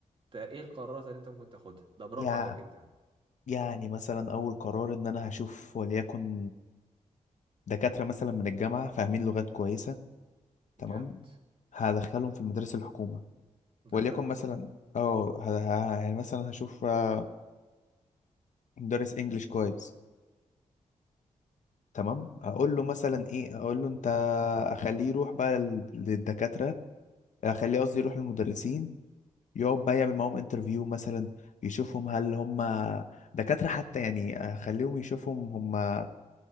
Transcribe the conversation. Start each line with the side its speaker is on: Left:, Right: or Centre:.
Right: ت- ايه القرارات اللي انت ممكن تاخدها ده برأيك
Left: يع-
Right: انت
Left: يعني مثلا أول قرار إن أنا هشوف وليكن دكاترة مثلا من الجامعة فاهمين لغات كويسة تمام
Right: جامد
Left: هدخلهم في المدارس الحكومة
Right: ده
Left: وليكن
Right: في تعليم
Left: مثلا
Right: اللغة
Left: اه ه- ه- يعني مثلا هشوف آه، مدرس انجليش كويس تمام اقول
Right: تمام
Left: له مثلا ايه اقول له انت اخليه يروح بقى لل- للدكاتره اخليه قصدي يروح للمدرسين يقعد بقى يعمل معاهم انترفيو مثلا يشوفهم هل هم دكاتره حتى يعني اخليهم يشوفهم هم